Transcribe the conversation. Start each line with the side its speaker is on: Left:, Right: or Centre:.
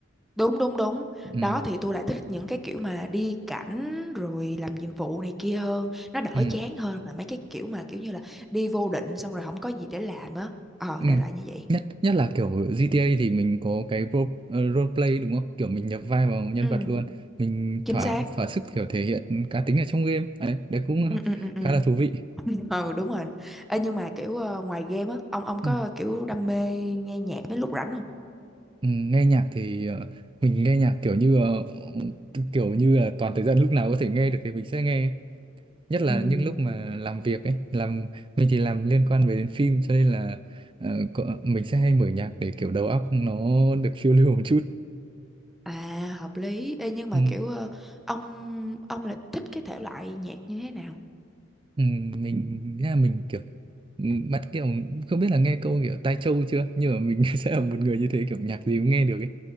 Centre: đúng đúng đúng
Right: Ừ.
Centre: đó thì tôi lại thích những cái kiểu mà đi cảnh rồi làm nhiệm vụ này kia hơn nó đỡ
Right: Ừ.
Centre: chán hơn là mấy cái kiểu mà kiểu như là đi vô định xong rồi không có gì để làm á ờ
Right: Ừ.
Centre: đại loại như vậy
Right: Nhất nhất là kiểu GTA thì mình có cái role, ờ, role play đúng không? Kiểu mình nhập vai vào nhân
Centre: ừ
Right: vật luôn. Mình
Centre: chính
Right: thỏa
Centre: xác
Right: thỏa sức kiểu thể hiện cá tính ở trong game. Đấy, đấy cũng
Centre: ừ ừ ừ ừ
Right: khá là thú vị.
Centre: <laughs> ừ đúng rồi Ê, nhưng mà kiểu ờ, ngoài game á ông ông
Right: Ừ.
Centre: có kiểu đam mê nghe nhạc mấy lúc rảnh không
Right: Ừ, nghe nhạc thì ờ, mình nghe nhạc kiểu như ờ, kiểu như là toàn thời gian lúc nào có thể nghe được thì mình sẽ nghe nhất là
Centre: Ừm.
Right: những lúc mà làm việc ấy làm mình thì làm liên quan về đến phim cho nên là ờ, có- mình sẽ hay mở nhạc để kiểu đầu óc nó được phiêu lưu một chút
Centre: À hợp lý Ê, nhưng mà
Right: ừ,
Centre: kiểu ờ, ông ông lại thích cái thể loại nhạc như thế nào?
Right: ừ, mình là mình kiểu ừ, bạn kiểu không biết là nghe câu kiểu tai trâu chưa nhưng mà mình <laughs> sẽ là một người như thế kiểu nhạc gì cũng nghe được ấy